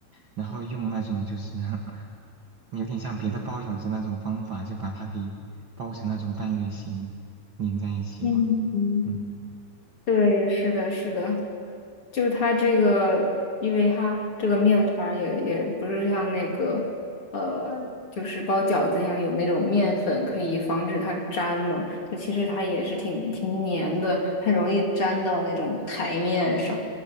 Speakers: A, on the right; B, on the left.
A: 然后用那种就是 <laughs> 有点像别的包饺子那种方法，就把它给包成那种半月形，粘在一起嘛。
B: 嗯嗯。
A: 嗯
B: 对，是的，是的，就是它这个，因为它这个面团儿也也不是像那个，呃，就是包饺子一样有那种面粉可以防止它粘嘛，就其实它也是挺挺粘的，很容易粘到那种台面上。